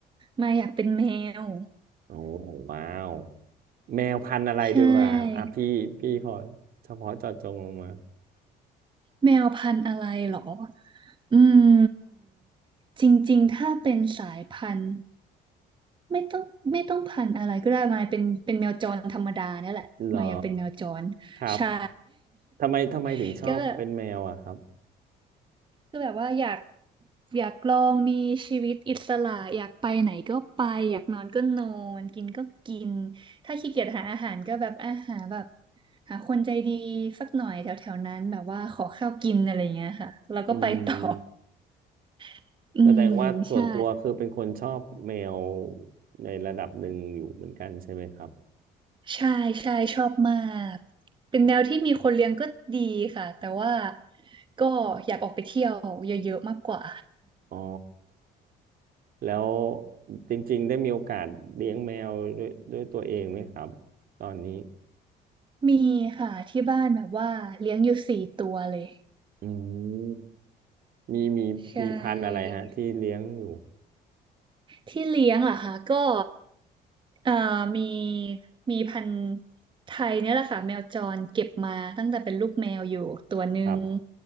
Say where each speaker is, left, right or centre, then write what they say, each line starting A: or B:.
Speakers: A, on the right (about 30°); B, on the right (about 60°).
A: มาอยากเป็นแมว
B: โอ้ว้าว แมวพันธุ์อะไรดีกว่าอ่ะพี่พี่ขอ
A: ใช่
B: เฉพาะเจาะจงลงมา
A: แมวพันธุ์อะไรเหรออืมจริงๆถ้าเป็นสายพันธุ์ ไม่ต้องไม่ต้องพันธุ์อะไรก็ได้มายเป็นเป็นแมวจรธรรมดาเนี่ยแหละมายอยากเป็นแมวจร
B: เหรอครับ
A: ใช่
B: ทำไมทำไมถึงชอบเป็นแมวอะครับ
A: <laughs> ก็แบบก็แบบว่าอยากอยากลองมีชีวิตอิสระอยากไปไหนก็ไปอยากนอนก็นอนกินก็กินถ้าขี้เกียจหาอาหารก็แบบอาหารแบบหาคนใจดีสักหน่อยแถวแถวนั้นแบบว่าขอข้าวกินอะไรเงี้ยค่ะแล้วก็ไปต่อ
B: อืม
A: <laughs> อืมใช่
B: แสดงว่าส่วนตัวคือเป็นคนชอบแมวในระดับหนึ่งอยู่เหมือนกันใช่ไหมครับ
A: ใช่ใช่ชอบมากเป็นแนวที่มีคนเลี้ยงก็ดีค่ะแต่ว่าก็อยากออกไปเที่ยวเยอะๆมากกว่า
B: อ๋อแล้วจริงๆได้มีโอกาสเลี้ยงแมวด้วยด้วยตัวเองไหมครับตอนนี้
A: มีค่ะที่บ้านแบบว่าเลี้ยงอยู่สี่ตัวเลย
B: อืมมีมีมีพันธุ์อะไรฮะที่เลี้ยงอยู่
A: ใช่ ที่เลี้ยงเหรอคะก็เอ่อมีมีพันธุ์ไทยเนี่ยแหละค่ะแมวจรเก็บมาตั้งแต่เป็นลูกแมวอยู่ตัวหนึ่ง
B: ครับ